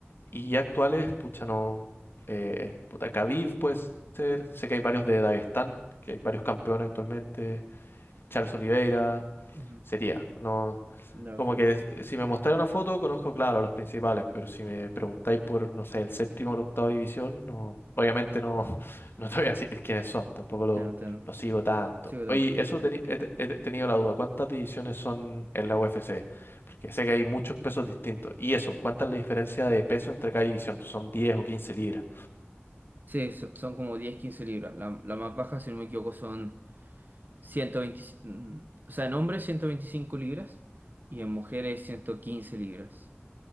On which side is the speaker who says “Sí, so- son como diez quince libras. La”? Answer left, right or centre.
Right